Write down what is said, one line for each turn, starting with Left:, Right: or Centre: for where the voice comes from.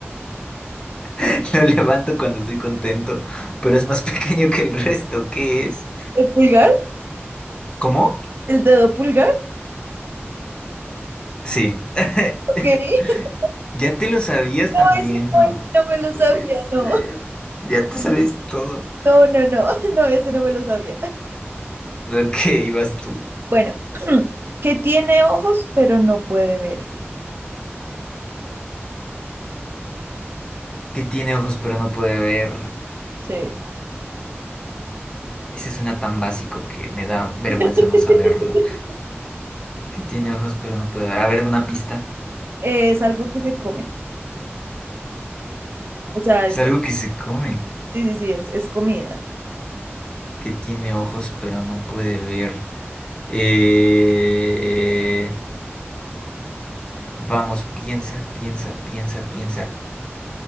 Left: <laughs> Lo levanto cuando estoy contento, pero es más <laughs> pequeño que el resto. ¿Qué es?
Right: ¿El pulgar?
Left: ¿Cómo?
Right: ¿El dedo pulgar?
Left: Sí. <laughs>
Right: Ok. <laughs>
Left: Ya te lo sabías
Right: No,
Left: también,
Right: ese no,
Left: ¿no?
Right: ese no me lo
Left: Puede
Right: sabía,
Left: ser.
Right: no.
Left: Ya te sabes todo.
Right: No, no, no, <laughs> no, ese no me lo sabía.
Left: Ok, vas tú.
Right: Bueno, <clears throat> que tiene ojos pero no puede ver.
Left: Que tiene ojos pero no puede ver.
Right: Sí.
Left: Ese suena tan básico que me da vergüenza
Right: <laughs>
Left: no saberlo. Que tiene ojos pero no puede ver. A ver, una pista.
Right: Es algo que se come. O sea,
Left: Es
Right: es,
Left: algo que se come.
Right: Sí, sí, sí, es, es comida.
Left: Que tiene ojos pero no puede ver. Eh... Vamos, piensa, piensa, piensa, piensa.